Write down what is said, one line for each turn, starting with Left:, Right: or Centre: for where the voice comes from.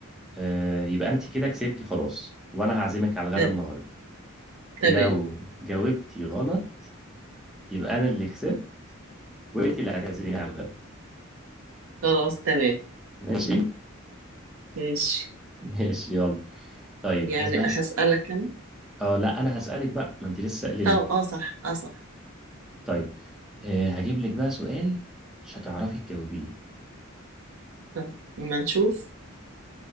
Centre: آه يبقى انتي كده كسبتي خلاص وانا هعزمك على الغدا
Right: تمام
Centre: النهاردة
Right: تمام
Centre: لو جاوبتي غلط يبقى انا اللي كسبت وانتي اللي هتعزميني على الغدا
Right: خلاص تمام
Centre: ماشي
Right: ماشي
Centre: <laughs> ماشي يلا طيب
Right: يعني
Centre: عايز بس
Right: هسألك انا
Centre: اه لا انا هسألك بقى ما انتي لسه سألاني
Right: طب اه صح اه صح
Centre: طيب آه، هجيب لك بقى سؤال مش هتعرفي تجاوبيه
Right: طب ما نشوف